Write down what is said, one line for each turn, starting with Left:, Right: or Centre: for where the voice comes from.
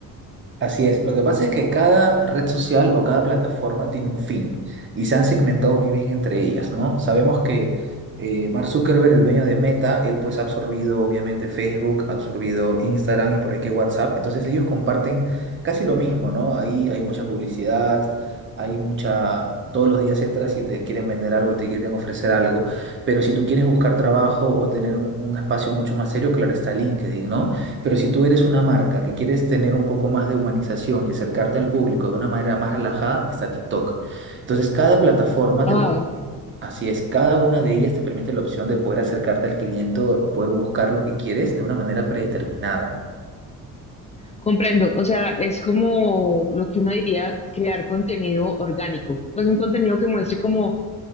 Right: Así es. Lo que pasa es que cada red social o cada plataforma tiene un fin y se han segmentado muy bien entre ellas, ¿no? Sabemos que eh, Mark Zuckerberg, el dueño de Meta, él pues ha absorbido obviamente Facebook, ha absorbido Instagram y por ahí que WhatsApp. Entonces ellos comparten casi lo mismo, ¿no? Ahí hay mucha publicidad, hay mucha... Todos los días entras y te quieren vender algo, te quieren ofrecer algo, pero si tú quieres buscar trabajo o tener un, un espacio mucho más serio, claro está LinkedIn, ¿no? Pero si tú eres una marca que quieres tener un poco más de humanización y acercarte al público de una manera más relajada, está TikTok. Entonces, cada plataforma te,
Left: Ah.
Right: per- así es, cada una de ellas te permite la opción de poder acercarte al cliente o o poder buscar lo que quieres de una manera predeterminada.
Left: Comprendo, o sea, es como lo que uno diría crear contenido orgánico, pues un contenido que muestre como